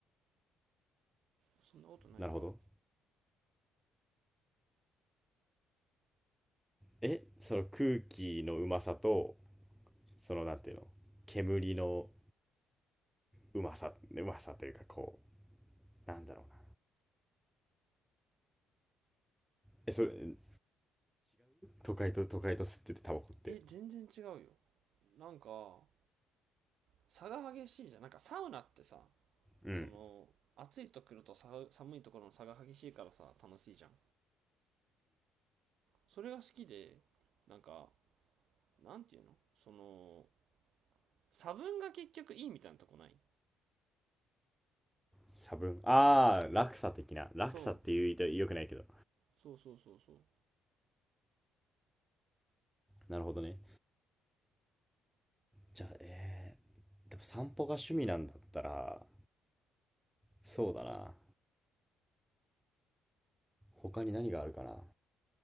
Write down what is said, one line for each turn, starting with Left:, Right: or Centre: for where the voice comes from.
Right: そんなことないか
Centre: なるほど。え、その空気のうまさと、そのなんていうの、煙のうまさ、うまさというかこう、なんだろうな。え、それ、違う都会と都会と吸っててタバコって。
Right: え全然違うよなんか差が激しいじゃんなんかサウナってさ
Centre: うん。
Right: その暑いところとさ寒いところの差が激しいからさ楽しいじゃんそれが好きでなんかなんていうのその差分が結局いいみたいなとこない
Centre: 差分。あー、落差的な。落差って言うと良くないけど。
Right: そうそうそうそうそう
Centre: なるほどね。じゃあ、えー、でも散歩が趣味なんだったら、そうだな。他に何があるかな。